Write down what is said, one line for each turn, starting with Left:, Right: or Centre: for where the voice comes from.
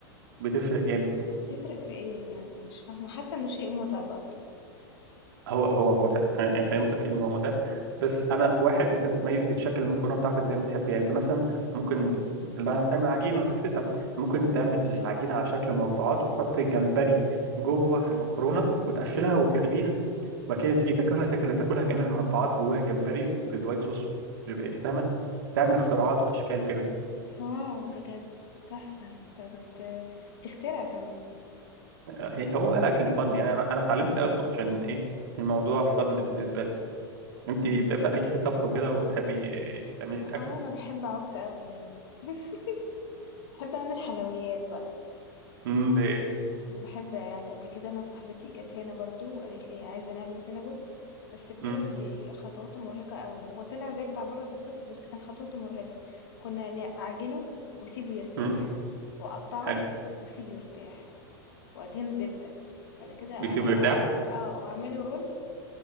Right: بتفرق جامد
Left: تفرق في إيه يعني مش فاهمة حاسة إنه شيء متعب أصلًا
Right: هو هو متعب خلينا يعني خلينا متفقين ان هو متعب بس انا واحد انت بتميز بتشكل المكرونه بتاعتك زي ما تحب يعني انت مثلا ممكن بعد ما تعمل عجينه وتفردها ممكن تعمل العجينه على شكل مربعات وتحط الجمبري جوه المكرونه وتقفلها وتغليها وبعد كده تيجي تاكلها تاكل تاكلها كانها مربعات جواها الجمبري وبالوايت صوص بيبقى- إيه، فاهمه تعمل اختراعات واشكال وكده
Left: واو بجد تحفة انت بت... بتخترع كمان
Right: هي- هو الاكل فن يعني انا أنا اتعلمت اطبخ عشان ايه الموضوع فن بالنسبه لي انت
Left: مم.
Right: بت- بت- ليكي في الطبخ وكده وتحبي إيه، تعملي
Left: آه، أنا بحب أعك أوي يعني <laughs> بحب أعمل حلويات بقى
Right: الاكل
Left: بحب يعني قبل كده أنا صاحبتي جت هنا برضو وقالت لي عايزة نعمل سينابون بس بجد
Right: امم
Left: دي خطواته مرهقة أوي هو طلع زي بتاع بره بالظبط بس كان خطواته مرهقة كنا نعجنه وأسيبه يرتاح
Right: امم
Left: وأقطعه
Right: حلو
Left: وأسيبه يرتاح وادهنه زبدة بعد كده أ-
Right: ويسيبه
Left: أعم-
Right: يرتاح
Left: اه واعمله رول